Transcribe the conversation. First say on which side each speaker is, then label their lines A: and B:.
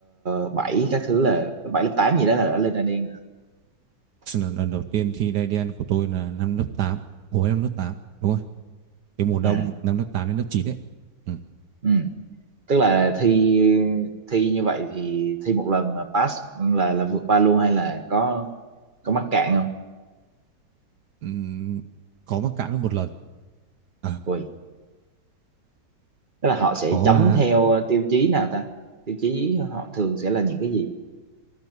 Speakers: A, on the right; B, on the right.
A: uh, 7 các thứ là lớp 7 lớp 8 gì đó là đã lên Đan Đen
B: lần, lần đầu tiên thi đai đen của tôi là năm lớp tám hồi năm lớp 8 đúng rồi cái mùa đông
A: à
B: năm lớp 8 đến lớp chín đấy ừ.
A: ừ. tức là thi thi như vậy thì thi một lần là pass là là vượt qua luôn hay là có có mắc cạn không
B: Ừm, có mắc cạn mất một lần à,
A: ui tức là họ sẽ
B: có
A: chấm
B: mà
A: theo tiêu chí nào ta tiêu chí họ thường sẽ là những cái gì